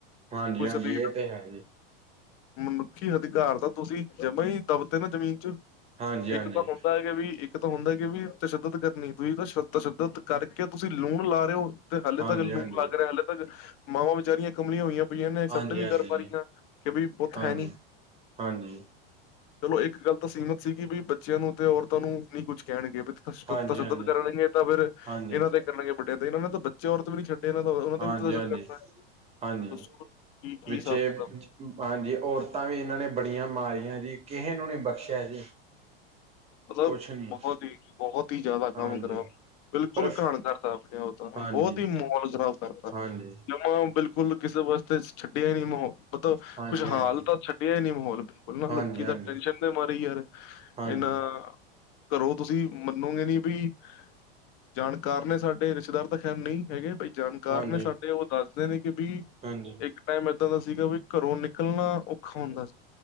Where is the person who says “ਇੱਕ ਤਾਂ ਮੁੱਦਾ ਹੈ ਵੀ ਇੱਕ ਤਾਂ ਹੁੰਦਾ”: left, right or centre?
Left